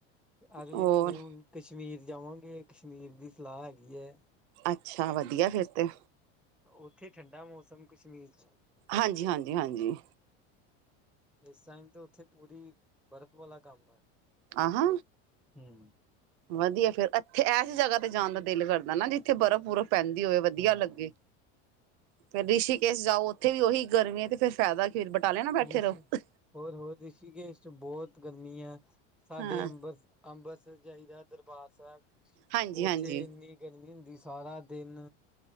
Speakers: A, in the centre; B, on the right (about 70°).
A: ਅਗਲੇ
B: ਹੋਰ
A: ਮ੍ਹੀਨੇ ਹੁਨ ਕਸ਼ਮੀਰ ਜਾਵਾਂਗੇ ਕਸ਼ਮੀਰ ਦੀ ਸਲਾਅ ਹੈਗੀ ਐ।
B: ਅੱਛਾ, ਵਦੀਆ ਫਿਰ ਤੇ।
A: ਉੱਥੇ ਠੰਡਾ ਮੌਸਮ ਕਸ਼ਮੀਰ ਚ।
B: ਹਾਂਜੀ ਹਾਂਜੀ ਹਾਂਜੀ।
A: ਇਸ ਟਾਈਮ ਤੇ ਉਥੇ ਪੂਰੀ ਬਰਫ਼ ਵਾਲਾ ਕਾੰਮ ਐ।
B: ਆ ਹ
A: ਹੂੰ।
B: ਵਧੀਆ ਫੇਰ ਇੱਥੇ ਐਸ ਜਗ੍ਹਾ ਤੇ ਜਾਣ ਦਾ ਦਿਲ ਕਰਦਾ ਨਾ ਜਿੱਥੇ ਬਰਫ਼ ਬੁਰਫ ਪੈਂਦੀ ਹੋਵੇ ਵਦੀਆ
A: ਹਾਂ
B: ਲੱਗੇ ਫਿਰ ਰਿਸ਼ੀਕੇਸ਼ ਜਾਓ ਉਥੇ ਵੀ ਓਹੀ ਗਰਮੀ ਐ ਕੇ ਫੇਿਰ ਫਾਇਦਾ ਕੀ ਫਰ ਬਟਾਲੇ ਨਾ ਬੈਠੇ
A: ਰਿਸ਼ੀ
B: ਰਹੋ।
A: ਹੋਰ ਹੋਰ ਰਿਸ਼ੀਕੇਸ਼ ਚ ਬਹੁਤ ਗਰਮੀ ਆ ਸਾਡੇ
B: ਹਾਂ।
A: ਅੰਬਰ ਅੰਬਰਸਰ ਜਾਈਦੈ ਦਰਬਾਰ ਸੈਬ,
B: ਹਾਂਜੀ
A: ਓਥੇ
B: ਹਾਂਜੀ
A: ਇੰਨੀ ਸਾਰਾ ਦਿਨ